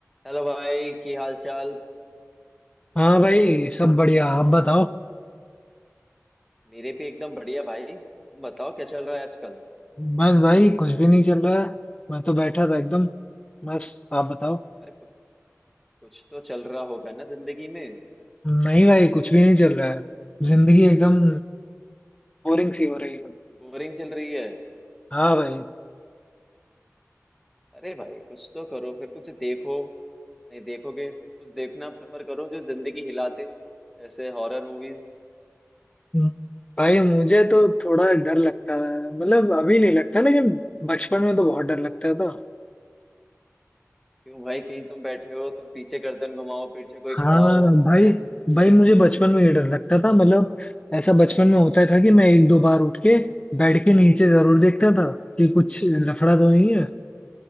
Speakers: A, in the centre; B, on the left.
A: Hello भाई की हाल चाल
B: हाँ भाई सब बढ़िया आप बताओ
A: मेरे भी एकदम बढ़िया भाई तुम बताओ क्या चल रहा है आजकल
B: बस भाई कुछ भी नहीं चल रहा है मैं तो बैठा था एकदम मस्त आप बताओ
A: अरे कुछ कुछ तो चल रहा होगा ना जिंदगी में
B: नहीं भाई कुछ भी नहीं चल रहा है जिंदगी एकदम बोरिंग सी हो रही है
A: बोरिंग चल रही है
B: हाँ भाई
A: अरे भाई कुछ तो करो फिर कुछ देखो नहीं देखोगे कुछ देखना प्रेफर करो जो जिंदगी हिला दे जैसे हॉरर मूवीज
B: हम्म। भाई मुझे तो थोड़ा डर लगता है मतलब अभी नहीं लगता लेकिन बचपन में तो बहुत डर लगता था
A: क्यों भाई कहीं तुम बैठे हो तुम पीछे गर्दन घुमाओ पीछे कोई
B: हाँ
A: खड़ा हो
B: भाई
A: हैं
B: भाई मुझे बचपन में ये डर लगता था मतलब ऐसा बचपन में होता था कि मैं एक दो बार उठ के बेड के नीचे जरूर देखता था कि कुछ लफड़ा तो नहीं है